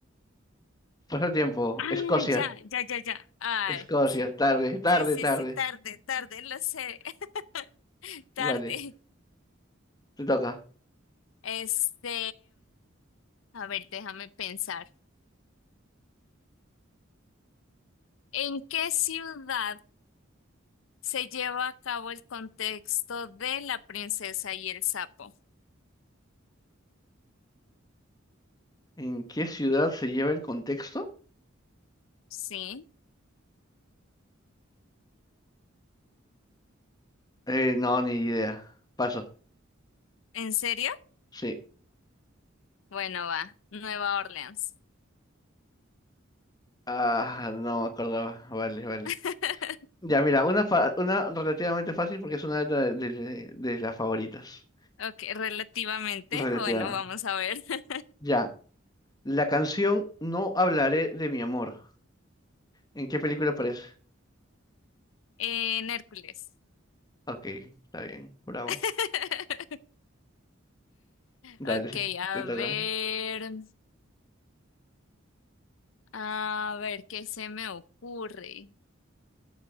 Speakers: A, on the left; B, on the left.
A: Pasa el tiempo.
B: ah,
A: Escocia.
B: ya, ya, ya, ya. Ay,
A: Escocia.
B: sí,
A: Tarde, tarde,
B: sí, sí,
A: tarde.
B: sí, tarde, tarde, lo sé, <laughs> tarde.
A: Vale, te toca.
B: Este, a ver, déjame pensar. ¿En qué ciudad se lleva a cabo el contexto de La princesa y el sapo?
A: ¿En qué ciudad se lleva el contexto?
B: ¿Sí?
A: Eh, no, ni idea. Paso.
B: ¿En serio?
A: Sí.
B: Bueno, va, Nueva Orleans.
A: Ah, no me acordaba. Vale, vale.
B: <laughs>
A: Ya, mira, una, fa- una relativamente fácil porque es una de, la- de de las favoritas.
B: Ok, relativamente.
A: Relativamente.
B: Bueno, vamos a ver. <laughs>
A: Ya. La canción No hablaré de mi amor. ¿En qué película aparece?
B: En Hércules.
A: Ok, está bien, bravo.
B: <laughs>
A: Dale,
B: Ok,
A: <laughs>
B: a
A: te toca.
B: ver, a ver qué se me ocurre.